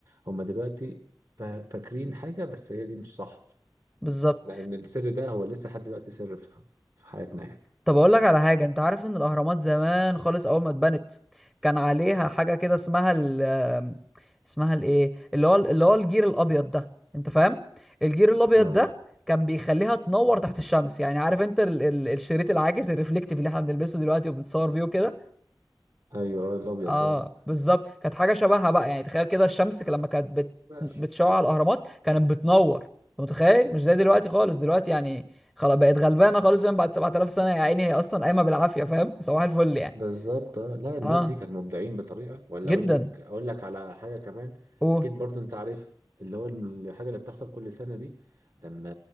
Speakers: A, on the right; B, in the centre.
A: هم دلوقتي فا- فاكرين حاجة بس هي دي مش صح
B: بالظبط
A: لأن السر ده هو لسه لحد دلوقتي سر في في حياتنا يعني
B: طب اقول لك على حاجه انت عارف ان الاهرامات زمان خالص اول ما اتبنت كان عليها حاجه كده اسمها ال آم، اسمها الايه اللي هو اللي هو الجير الابيض ده انت فاهم الجير الابيض
A: اه
B: ده كان بيخليها تنور تحت الشمس يعني عارف انت ال ال الشريط العاكس الريفليكتيف اللي احنا بنلبسه دلوقتي وبنتصور بيه وكده
A: ايوه الابيض
B: اه
A: ده
B: بالظبط كانت حاجه شبهها بقى يعني تخيل كده الشمس لما كانت بت...
A: ماشي.
B: بتشع على الاهرامات كانت بتنور انت متخيل مش زي دلوقتي خالص دلوقتي يعني خلاص بقت غلبانه خالص يعني بعد 7000 سنه يا عيني هي اصلا قايمه بالعافيه فاهم صباح الفل يعني
A: بالظبط آه. لا الناس
B: اه
A: دي كانوا مبدعين بطريقه ولا
B: جدا
A: اقول لك اقول لك على حاجه كمان
B: قول
A: اكيد برضو انت عارف اللي هو الحاجه اللي بتحصل كل سنه دي لما